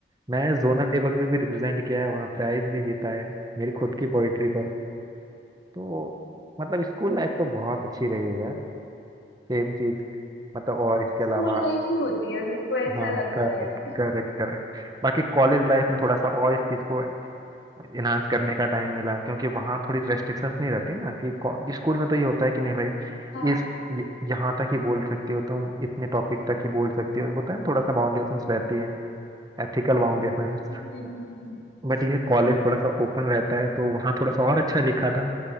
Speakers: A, on the right; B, on the left.
A: मैं जोनल लेवल पे भी रिप्रेजेंट किया है वहाँ प्राइज भी जीता है मेरी खुद की पोइट्री तो मतलब स्कूल लाइफ तो बहुत अच्छी रही है यार सेम चीज मतलब और इसके अलावा
B: स्कूल लाइफ ही होती है मेरे को ऐसा
A: हाँ
B: लगता
A: करेक्ट
B: है
A: करेक्ट करेक्ट बाकी कॉलेज लाइफ में थोड़ा सा और इस चीज को इनहांस करने का टाइम मिला क्योंकि वहाँ थोड़ी रेस्ट्रिक्शंस नहीं रहती ना कि स्कूल में तो ये होता है कि नहीं भाई
B: हाँ
A: इस य- यहाँ तक ही बोल सकते हो तुम इतने टॉपिक तक ही बोल सकते हो होता है ना थोड़ा सा बाउंडेशंस रहती है एथिकल बाउंडेशंस
B: हम्म हम्म, हम्म,
A: बट ये कॉलेज थोड़ा सा ओपन रहता है तो वहाँ थोड़ा सा और अच्छा लिखा था